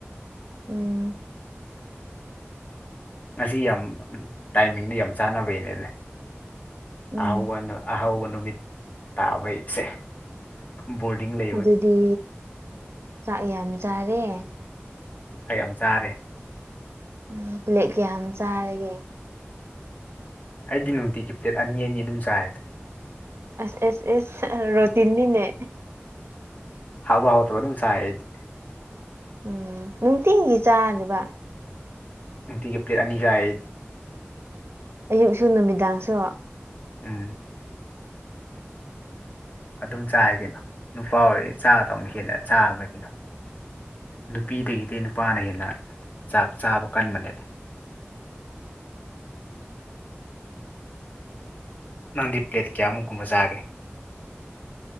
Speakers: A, on the right (about 70°); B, on the left (about 40°).
A: ꯎꯝ
B: ꯉꯁꯤ ꯌꯥꯝ ꯇꯥꯏꯃꯤꯡꯗ ꯌꯥꯝ ꯆꯥꯟꯅꯕꯩꯅꯦꯗ
A: ꯎꯝ
B: ꯑꯍꯧꯕꯗ ꯑꯍꯧꯕ ꯅꯨꯃꯤꯠ ꯇꯥꯕꯩꯁꯦ ꯕꯣꯔꯗꯤꯡ ꯂꯩ
A: ꯑꯗꯨꯗꯤ ꯆꯥꯛ ꯌꯥꯝ ꯆꯥꯔꯦ
B: ꯈ ꯌꯥꯝ ꯆꯥꯔꯦ
A: ꯎꯝ ꯄꯨꯂꯦꯀꯦ ꯍꯅ ꯆꯥꯔꯒꯦ
B: ꯑꯩꯗꯤ ꯅꯨꯡꯇꯤꯒꯤꯞ꯭ꯂꯦꯠ ꯑꯅꯤ ꯑꯅꯤ ꯑꯗꯨꯝ ꯆꯥꯏꯌꯦꯗꯦ
A: ꯑꯁ ꯑꯦꯁ ꯑꯦꯁ ꯔꯣꯇꯤꯟꯅꯤꯅꯦ
B: ꯍꯥꯎꯕ ꯍꯥꯎ ꯊꯕ ꯑꯗꯨꯝ ꯁꯥꯏꯌꯦꯗꯤ
A: ꯎꯝ ꯅꯨꯡꯇꯤꯒꯤ ꯆꯥꯔꯤꯕ
B: ꯅꯨꯡꯇꯤꯒꯤ ꯄ꯭ꯂꯦꯠ ꯑꯅꯤꯒꯥꯏ
A: ꯑꯌꯨꯛꯁꯨ ꯅꯨꯃꯤꯗꯥꯡꯁꯨ
B: ꯎꯝ ꯑꯗꯨꯝ ꯆꯥꯏꯒꯤꯅꯣ ꯅꯨꯄꯥ ꯑꯣꯏꯔꯤ ꯆꯥꯗꯕ ꯍꯦꯟꯅ ꯆꯥ ꯑꯃꯒꯤꯅ ꯅꯨꯄꯤꯗꯒꯤꯗꯤ ꯅꯨꯄꯥꯅ ꯍꯦꯟꯅ ꯆꯥꯛ ꯆꯥꯕ ꯀꯟꯕꯅꯦ ꯅꯪꯗꯤ ꯄ꯭ꯂꯦꯠ ꯀꯌꯥꯃꯨꯛ ꯀꯨꯝꯕ ꯆꯥꯒꯦ